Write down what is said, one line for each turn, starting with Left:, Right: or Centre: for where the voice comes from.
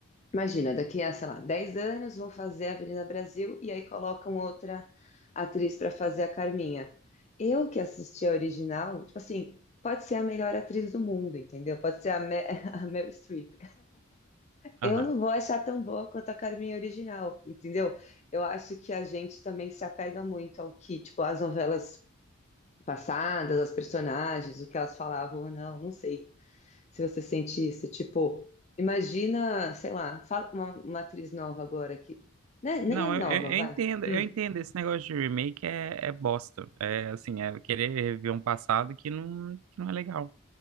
Left: Imagina, daqui a, sei lá, 10 anos vão fazer a Avenida Brasil e aí colocam outra atriz para fazer a Carminha. Eu que assisti a original, tipo assim, pode ser a melhor atriz do mundo, entendeu? Pode ser a, Me <laughs> a Meryl Streep. Eu
Right: Aham.
Left: não vou achar tão boa quanto a Carminha original, entendeu? Eu acho que a gente também se apega muito ao que, tipo, as novelas passadas, as personagens, o que elas falavam ou não, não sei se você sentisse, tipo, imagina, sei lá, fala uma, uma atriz nova agora que, né, nem
Right: Não,
Left: é nova,
Right: eu, eu-
Left: vai.
Right: eu entendo, eu
Left: Hum,
Right: entendo. Esse negócio de remake é, é bosta. É assim, é querer reviver um passado que não, que não é legal.